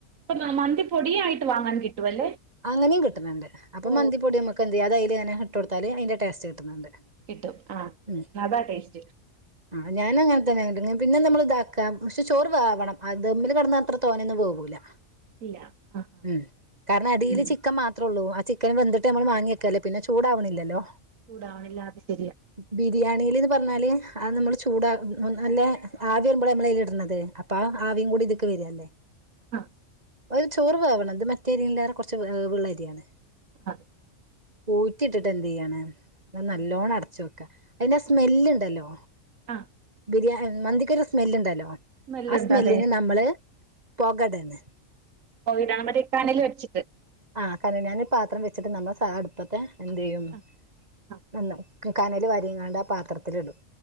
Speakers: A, on the right; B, on the right.
A: പ്പ മന്തി പൊടിയായിട്ട് വാങ്ങാൻ കിട്ടുവല്ലേ
B: അങ്ങനെയും കിട്ടുന്നുണ്ട് അപ്പൊ
A: ഓ
B: മന്തിപ്പൊടി നമുക്ക് അത്എന്ത് ചെയ്യ അതിൽ ഇങ്ങനെ ഇട്ട് കൊടുത്താല് അതിന്റെ ടേസ്റ്റ് കിട്ടുന്നുണ്ട്
A: കിട്ടും ആഹ
B: ഉം
A: അതാടേസ്റ്റ്
B: ആ ഞാന അങ്ങനെ തന്നെ പിന്നെ നമ്മള ഇതാക്കാം പക്ഷെ ചോറ് വെവണം അത് ദമ്മില് കിന്നാല് അത്ര തോനേൊന്ന് പോവൂല ആഹ് <unintelligible>
A: ഇല്ല ആഹ്
B: ഉം അ അടിയിൽ
A: ഉം
B: ചിക്കൻ മാത്രേ ഉള്ളൂ ആ ചിക്കന് വെന്തിട്ട് നമ്മൾ മാങ്ങിവക്കല്ലേ പിന്നെ ചൂടാവണില്ലല്ലോ
A: കൂടാളില്ലാ അത് ശരിയാ
B: ബിരിയാണിൽന്ന് പറഞ്ഞാല് അത് നമ്മള് ചൂട നല്ല ആവി വരുമ്പോള നമ്മല്ടുന്നത് അപ്പ ആവിയും കൂടി ഇതി ക്ക്‌വരല്ലേ
A: ആഹ
B: ഒരു ചോറ് വേവണം അത് മറ്റേരില്ലതെകുറച്ച് വെവുള്ളരിയാണ്
A: അഹ
B: ഊറ്റി ഇട്ടിട്ട് എന്ത് ചെയ്യാനാ നല്ലോണം
A: ആഹ്
B: അടച്ചു വെക്ക് അതിന്റെ സ്മെല്ണ്ടല്ലോ
A: ആഹ് ആഹ്
B: ബിരിയാ മന്തിക്കരു സ് സ്മെല്ണ്ടല്ലോ
A: സ്മെല്ലുണ്ട്
B: ആ സ്മെല്ലിന്
A: അതെ
B: നമ്മള് പെകടല്‌
A: കോവിഡാണ് മറ്റേ കനൽ വച്ചിട്ട്
B: ആ കാണയാൻ പാത്രം വെച്ചിട്ട് നമ്മുടെ സാദഅടുപ്പത്തെ എന്ത് ചെയ്യും
A: ആഹ് ആഹ്
B: നിന്ന കനൽ വരിങ്ങാണ്ട് ആ പാത്രത്തില്ടും